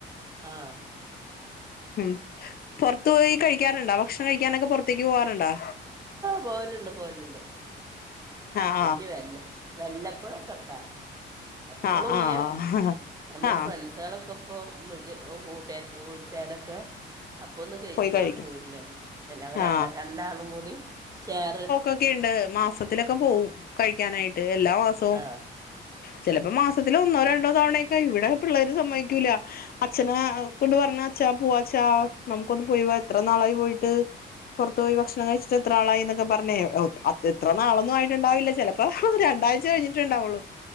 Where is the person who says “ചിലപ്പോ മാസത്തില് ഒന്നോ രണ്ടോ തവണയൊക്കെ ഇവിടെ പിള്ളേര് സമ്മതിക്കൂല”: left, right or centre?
Left